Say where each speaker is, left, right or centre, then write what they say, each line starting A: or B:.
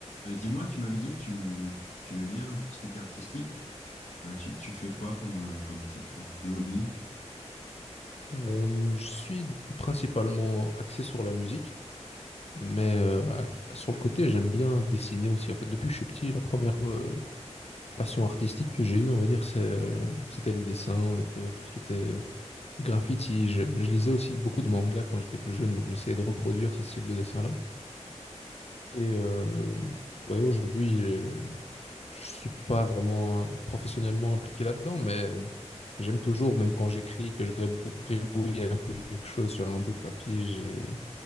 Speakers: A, on the left; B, on the left.
A: Euh, dis-moi, tu m'avais dit que tu, tu aimais bien tout ce qui était artistique. Euh, tu, tu fais quoi comme, euh, comme type de, de hobby?
B: Euh, je suis principalement axé sur la musique, mais euh, à- sur le côté, j'aime bien dessiner aussi. En fait, depuis que je suis petit, la première euh, passion artistique que j'ai eue, on va dire, c'est, euh, c'était le dessin, donc euh, tout ce qui était graffiti. Je, je lisais aussi beaucoup de mangas quand j'étais plus jeune, donc j'essayais de reproduire ces styles de dessin-là.
A: D'accord.
B: Et euh, ouais, aujourd'hui, je suis pas vraiment professionnellement impliqué là-dedans, mais j'aime toujours, même quand j'écris, que je gribou- gribouille un peu quelque chose sur un bout de papier, j'ai